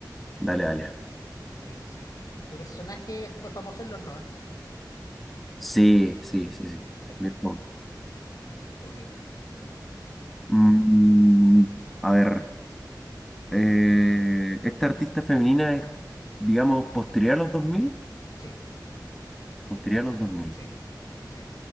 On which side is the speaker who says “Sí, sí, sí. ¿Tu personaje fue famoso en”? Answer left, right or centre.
Left